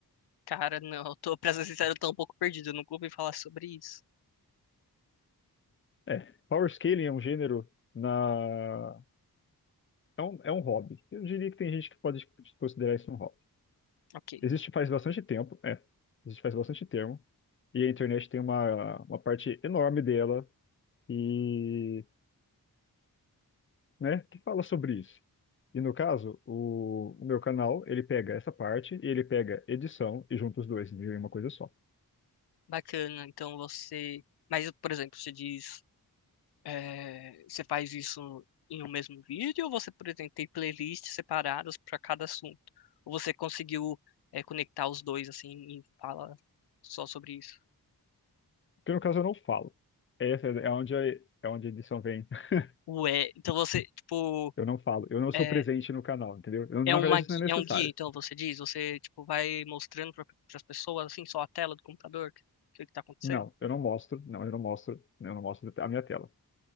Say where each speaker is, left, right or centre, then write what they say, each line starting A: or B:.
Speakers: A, on the left; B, on the left.
A: Cara, não, eu tô, pra ser sincero, eu tô um pouco perdido, eu nunca ouvi falar sobre isso.
B: É, Power Scaling é um gênero na... É um, é um hobby. Eu diria que tem gente que pode considerar isso um hobby.
A: Ok,
B: Existe faz bastante tempo, é, existe faz bastante tempo, e a internet tem uma, uma parte enorme dela, e, né, que fala sobre isso. E no caso, o, o meu canal, ele pega essa parte e ele pega edição e junta os dois em uma coisa só.
A: bacana, então você... Mas, por exemplo, você diz, é, você faz isso em um mesmo vídeo ou você, por exemplo, tem playlists separadas para cada assunto? Ou você conseguiu, é, conectar os dois, assim, e fala só sobre isso?
B: Porque no caso eu não falo. Essa é onde a, é onde a edição vem. <laughs>
A: Ué, então você, tipo,
B: Eu não falo. Eu não
A: é,
B: sou presente no canal, entendeu? Eu-
A: é
B: na
A: uma,
B: verdade,
A: gui-
B: isso não é necessário.
A: é um guia, então você diz? Você, tipo, vai mostrando para as pessoas, assim, só a tela do computador, o que que tá acontecendo?
B: Não, eu não mostro. Não, eu não mostro. Eu não mostro a minha tela.